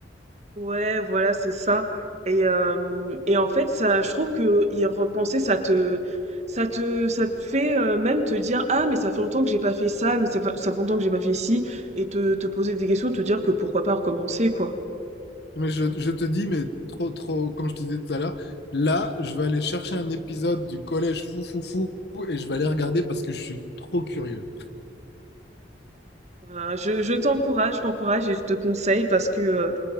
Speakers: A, on the right; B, on the left.
A: Ouais, voilà, c'est ça. Et, euh, et en fait, ça, je trouve que y repenser, ça te, ça te, ça te fait euh, même te dire, ah, mais ça fait longtemps que j'ai pas fait ça, mais ça, fa- ça fait longtemps que j'ai pas fait ci, et te, te poser des questions, te dire que pourquoi pas recommencer, quoi.
B: Mais je, je te dis, mais trop, trop, comme je te disais tout à l'heure, là, je vais aller chercher un épisode du collège fou, fou, fou, et je vais aller regarder parce que je suis trop curieux.
A: Euh, je je t'encourage, je t'encourage et je te conseille parce que euh,